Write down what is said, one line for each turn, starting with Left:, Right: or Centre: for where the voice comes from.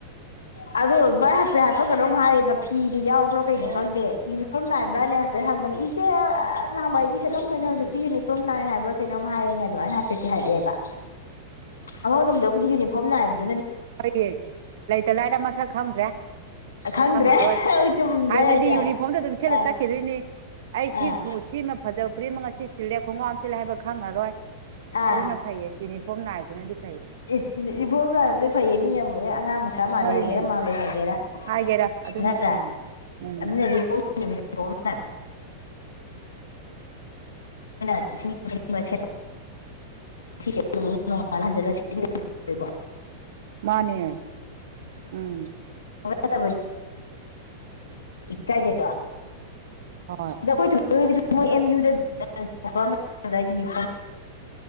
Left: ꯑꯗ ꯚꯏ ꯍ ꯍꯥꯞꯠꯇ ꯀꯗꯣꯝ ꯍꯥꯏꯌꯦꯕ ꯐꯤꯒ ꯌꯥꯎꯕ ꯭ꯔꯥ ꯀꯩꯅꯣ
Right: ꯑꯣ
Left: ꯆꯪꯗꯦ ꯐꯣꯔꯝ ꯅꯥꯏꯕ꯭ꯔꯏꯅꯦ ꯍꯥꯏꯐꯦꯠ ꯍꯪꯕꯅ ꯏꯦ ꯍꯪꯕ ꯑꯩꯗꯤ ꯁꯦꯠꯂꯝꯗꯅꯦ ꯍꯧꯖꯤꯛꯇꯤ ꯌꯨꯅꯤꯐꯣꯔꯝ ꯅꯥꯏ ꯍꯥꯏꯕ꯭ꯔꯥ ꯀꯩꯅꯣꯝ ꯍꯥꯏꯌꯦꯅꯦꯕ ꯑꯗꯨꯥꯏ ꯍꯥꯄꯤꯦ ꯊ ꯍꯥꯏꯗꯦꯕꯕꯥ ꯑꯉꯛ ꯝꯗꯕꯨꯗꯤ ꯌꯨꯅꯤꯐꯣꯔꯝ ꯅꯥꯏꯕꯗꯤ
Right: ꯍꯣꯏꯌꯦ ꯂꯩꯇ ꯂꯥꯏꯔ ꯃꯁꯛ ꯈꯪꯗ꯭ꯔꯦ
Left: ꯈꯪꯗ꯭ꯔꯦ
Right: ꯈꯪꯉꯔꯣꯏ
Left: ꯆꯨꯝꯗ꯭ꯔꯣ
Right: ꯍꯥꯏꯕꯗꯤ
Left: ꯑꯩ ꯍꯥꯏꯁꯦ
Right: ꯌꯨꯅꯤꯐꯣꯔꯝꯗ ꯑꯗꯨꯝ
Left: ꯑꯥ
Right: ꯁꯦꯠꯂ ꯆꯠꯈꯤꯗꯣꯏꯅꯤ ꯑꯩ ꯁꯤ
Left: ꯑꯥ
Right: ꯁꯤꯃ ꯐꯖꯕ ꯄꯨꯈ꯭ꯔꯤꯃ ꯑꯁꯤ ꯁꯤꯜꯂꯦ ꯈꯣꯡꯒ꯭ꯔꯥꯎꯝ ꯁꯤꯜꯂꯦ ꯍꯥꯏꯕ ꯈꯪꯉꯔꯣꯏ
Left: ꯑꯥ
Right: ꯑꯗꯨꯗ ꯅ ꯐꯥꯏꯌꯦ ꯌꯨꯅꯤꯐꯣꯔꯝꯅꯥꯏꯗꯅꯗꯤ
Left: ꯑꯦ ꯏꯐꯣ ꯅꯥꯔꯛꯄꯗꯤ ꯐꯩꯌꯦ ꯃꯤꯅ ꯑꯉꯥꯡ ꯃꯆꯥ ꯃꯥꯜꯂꯦ
Right: ꯐꯔꯤꯅꯦ
Left: ꯍꯥꯏꯒꯦꯔꯥ ꯃꯥꯜꯂꯦ ꯍꯥꯏꯒꯦꯔꯥ
Right: ꯍꯥꯏꯒꯦꯔꯥ ꯑꯗꯨꯅ
Left: ꯅꯠꯇ꯭ꯔꯥ
Right: ꯐꯩꯅꯦ ꯎꯝ
Left: ꯑꯗꯨꯅꯗꯤ ꯅꯨꯔꯛꯄ ꯑ ꯈꯩꯅ ꯦ ꯄꯄꯥ ꯊ ꯐꯥꯟꯖꯂꯁꯤ ꯀꯣ
Right: ꯃꯥꯅꯦ ꯎꯝ
Left: ꯦꯄ ꯀꯥꯏꯗꯦꯗꯣ
Right: ꯍꯣꯏ
Left: ꯣꯏ ꯑꯗꯨꯣꯏ ꯑꯦꯝ ꯌꯨꯗꯅꯤꯝ